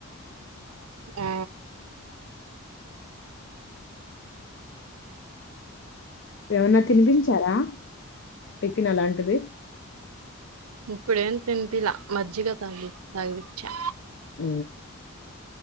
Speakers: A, on the right (about 80°); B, on the left (about 55°).
A: ఆ
B: ఏమన్నా తినిపించారా టిఫిన్ అలాంటిది
A: ఇప్పుడేం తినిపిలా మజ్జిగ తాగి తాగిపిచా
B: ఉ